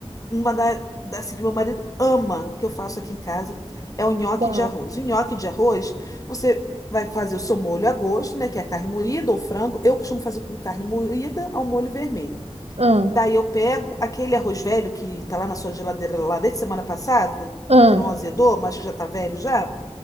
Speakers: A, on the left (about 30°); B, on the right (about 65°).
A: Uma da, da- assim, que meu marido ama, que eu faço aqui em casa, é o nhoque
B: Qual?
A: de arroz. O nhoque de arroz, você vai fazer o seu molho a gosto, né? Que é a carne moída ou frango. Eu costumo fazer com carne moída ao molho vermelho.
B: Ah,
A: Daí eu pego aquele arroz velho que tá lá na sua geladeira lá desde semana passada,
B: ah.
A: que não azedou, mas que já tá velho já.